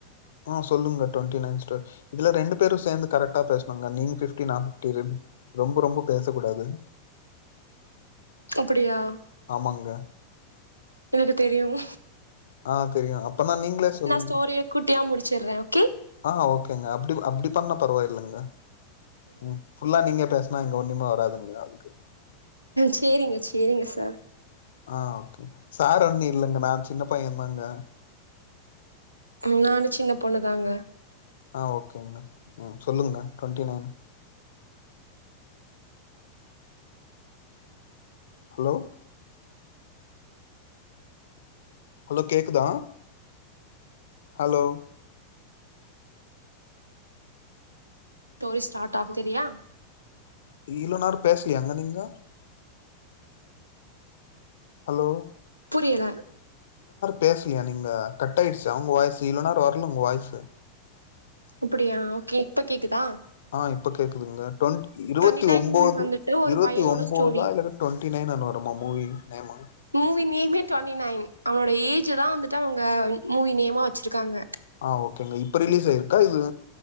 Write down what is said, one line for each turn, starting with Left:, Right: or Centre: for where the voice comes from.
Left: ஆ சொல்லுங்க டுவெண்டி நைன் ஸ்டோரி இதுல ரெண்டு பேரு சேந்து கரெக்டா பேசணுங்க நீங்க பிப்டி நா பிப்டி ரொம்ப ரொம்ப பேச கூடாது
Right: அப்டியா
Left: ஆமாங்க
Right: எனக்கு தெரியுங்க
Left: ஆ தெரியு அப்பன்னா நீங்களே சொல்லுங்க
Right: ஸ்டோரிய குட்டியா முடிச்சிடுறே ஓகே
Left: ஆ ஓகேங்க அப்டி அப்டி பண்ணா பரவாயில்லங்க ம் ஃபுல்லா நீங்க பேசனா இங்க ஒண்ணுமே வராதுங்க அதுக்கு
Right: சேரிங்க சேரிங்க சார்
Left: ஆ ஓகே சார் ஒன்னு இல்லங்க நா சின்ன பைய தாங்க
Right: ம் நானு சின்ன பொண்ணுதாங்க
Left: ஆ ஓகேங்க ம் சொல்லுங்க ட்வெண்ட்டி நைன் ஹலோ ஹலோ கேக்குதா ஹலோ
Right: ஸ்டோரி ஸ்டார்ட் ஆகு தெரியா
Left: ஈளோ நேர பேசலயாங்க நீங்க ஹலோ
Right: புரியல
Left: பேச்லயா நீங்க கட் ஆயிடுச்சு அவங்க வாய்ஸு இளோ நேர வரல உங்க வாய்ஸு
Right: அப்பிடியா ஓகே இப்ப கேக்குதா?
Left: ஆ இப்ப கேக்குதுங்க. டொன் இருவத்தி
Right: டுவெண்ட்டி நைன்
Left: ஒம்போது
Right: மூவி வந்துட்டு ஒரு
Left: இருவத்தி
Right: பையனோட
Left: ஒன்போதா
Right: ஸ்டோரி
Left: இல்ல டுவெண்டி நைன் <unintelligible> மூவி நேமா
Right: மூவி நேமே டொண்டீ நைன் அவனோட ஏஜ்தா வந்துட்டு அவங்க மூவி நேமா வச்சிருக்காங்க.
Left: ஆ ஓக்கேங்க இப்ப ரிலீஸ் ஆயிருக்கா இது